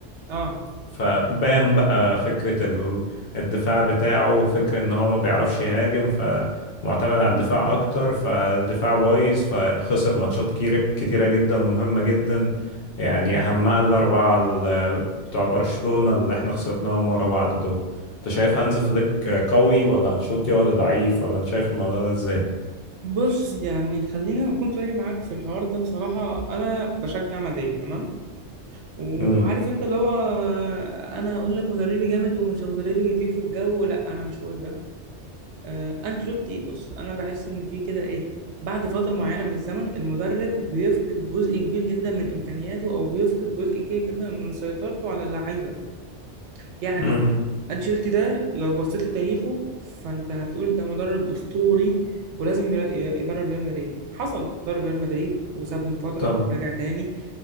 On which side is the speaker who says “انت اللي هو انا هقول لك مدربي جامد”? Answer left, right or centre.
Right